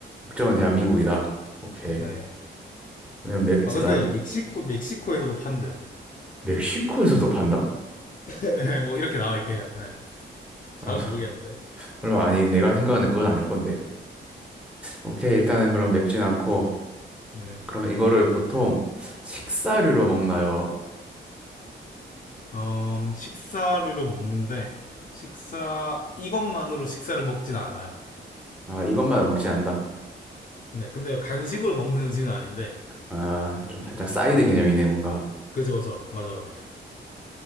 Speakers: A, in the centre; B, on the left.
A: 국적은 대한민국이다. 오케이.
B: 네.
A: 그러면 맵지도
B: 아, 근데
A: 않,
B: 멕시코, 멕시코에서도 판대요.
A: 멕시코에서도 판다?
B: 네, 뭐 이렇게 나와 있긴 해요. 네. 잘은
A: 아,
B: 모르겠는데.
A: 설마, 아니, 내가 생각하는 그건 아닐 건데. 오케이, 일단은 그럼 맵진 않고,
B: 네.
A: 그러면 이거를 보통 식사류로 먹나요?
B: 음, 식사류로 먹는데 식사 이것만으로 식사를 먹진 않아요.
A: 아, 이것만을 먹지 않는다.
B: 네. 근데 간식으로 먹는 음식은 아닌데.
A: 아, 좀 살짝 사이드
B: 네.
A: 개념이네, 뭔가.
B: 그죠, 그죠. 맞아, 맞아.